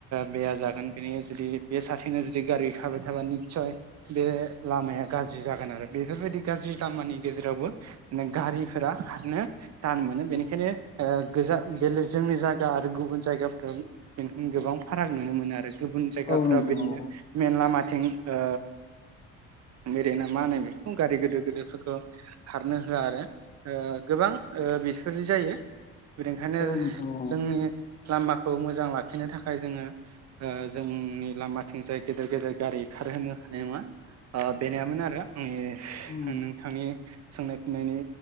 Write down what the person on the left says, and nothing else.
औ नोंथां
औ
औ नोंथां औ
उम